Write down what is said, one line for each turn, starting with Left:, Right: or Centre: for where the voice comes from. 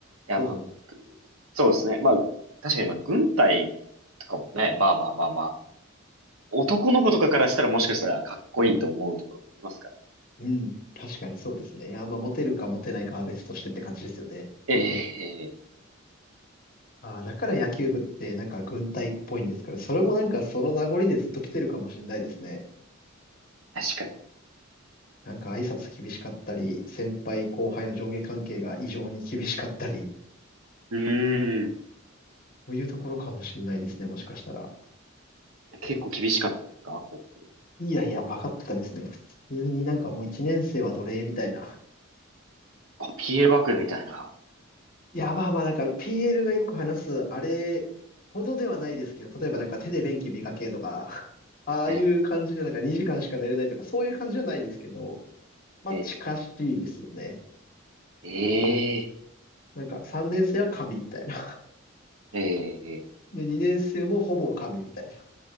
Right: やまあ、
Left: どうぞ。
Right: そうですね。まあ、確かにまあ、軍隊とかもね、まあまあまあまあ、男の子とかからしたらもしかしたらかっこいいと思うところもありますから。
Left: うん。確かにそうですね。いや、まあモテるかモテないかは別としてって感じですよね。
Right: ええ
Left: ああ、だから野球部ってなんか軍隊っぽいんですかね。それもなんかその名残でずっと来てるかもしれないですね。
Right: 確かに。
Left: なんか挨拶厳しかったり、先輩後輩の上下関係が異常に厳しかったり。
Right: うーん。
Left: そういうところかもしんないですね、もしかしたら。
Right: 結構厳しかったですかこう、
Left: いやいや、バカってたですね。普通になんかもう一年生は奴隷みたいな。
Right: あ PL 学園みたいな。
Left: いや、まあまあなんか PL がよく話す、あれほどではないですけど、例えばなんか手で便器磨けとか、<laughs> ああいう感じでなんか2時間しか寝れないとか、
Right: え
Left: そういう感じじゃないですけど、まあ近しいですよね。
Right: え、ええ、ええ、
Left: なんか3年生は神みたいな。
Right: ええ
Left: で、2年生もほぼ神みたいな。